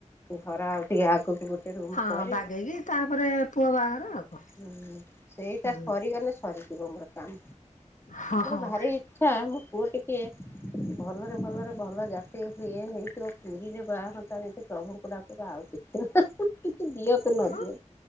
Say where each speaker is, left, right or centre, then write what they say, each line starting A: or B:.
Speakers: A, on the left; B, on the left.
A: ଘର ଆଉ ଟିକେ ଆଗକୁ ରୁମ
B: ହଁ
A: କରି
B: ବାଗେଇକି ତାପରେ ପୁଅ ବାହାଘର ଆଉ କଣ।
A: ହୁଁ ସେଇଟା
B: ହୁଁ
A: ସରିଗଲେ ସରିଯିବ ମୋର କାମ
B: ହଁ
A: କିନ୍ତୁ
B: ହଁ
A: ଭାରି ଆଛା ମୋ ପୁଅ ଟିକେ ଭଲରେ ଭଲରେ ଭଲ ଜାତି ଇଏ ହେଇଥିବ ପୁରୀରେ ବାହାରନ୍ତି ଯଦି ପ୍ରଭୁଙ୍କୁ ଡାକୁଛି ଆଉ କିଛି କିଛି ଦିଅନ୍ତୁ ନ
B: ହଁ।
A: ଦିଅନ୍ତୁ।